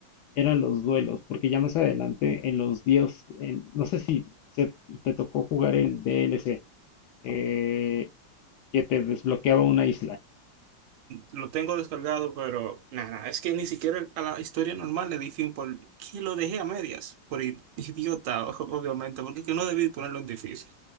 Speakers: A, on the left; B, on the right.
A: eran los duelos, porque ya más adelante en los dios, en- no sé si se- te tocó jugar el DLC eh, que te desbloqueaba una isla.
B: Lo tengo descargado, pero nada, es que ni siquiera a la historia normal le di fin por que lo dejé a medias, por i- idiota, <laughs> obviamente, porque es que no debí ponerlo en difícil.